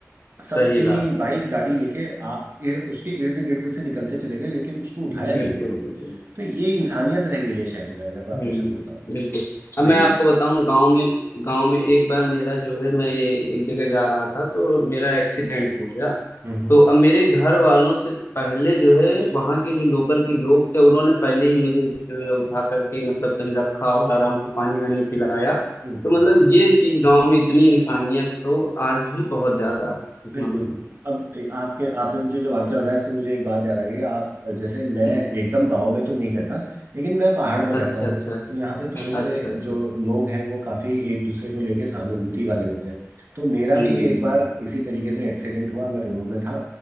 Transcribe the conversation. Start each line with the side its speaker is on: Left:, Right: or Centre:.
Right: सब
Left: सही
Right: अपनी
Left: बात
Right: बाइक गाड़ी लेके आ इर, उसके इर्द गिर्द से निकलते चले गए लेकिन उसको उठाया
Left: बिल्कुल
Right: नहीं किसी ने
Left: बिल्कुल
Right: तो ये इंसानियत रह गई है शहर में अगर मैं
Left: हम्म
Right: आपको सच बताऊं
Left: बिल्कुल अब
Right: वही
Left: मैं आपको बताऊं गांव में गांव में एक बार मेरा जो है मैं एक जगह जा रहा था तो मेरा एक्सीडेंट हो गया
Right: हम्म
Left: तो अब मेरे घर वालों से पहले जो है वहाँ के जो लोकल के लोग थे उन्होंने पहले ही मुझे जो है उठा करके मतलब कहीं रखा और आराम से पानी वानी पिलाया
Right: हम्म
Left: तो मतलब
Right: हम्म,
Left: ये चीज गांव में इतनी इंसानियत तो आज भी बहुत ज्यादा है इस
Right: बिल्कुल
Left: मामले में
Right: अब ए- आपके आपने मुझे जो वाक्य बताया इससे मुझे एक बात याद आ गई आप जैसे मैं
Left: हम्म,
Right: एकदम गांव में तो नहीं रहता लेकिन मैं पहाड़ में रहता
Left: अच्छा
Right: हूँ
Left: अच्छा
Right: तो यहाँ पे थोड़े से
Left: अच्छा अच्छा
Right: जो लोग हैं वो काफी एक दूसरे को लेके सहानुभूति वाले होते हैं तो मेरा
Left: हम्म
Right: भी एक बार इसी तरीके से एक्सीडेंट हुआ मैं रोड में था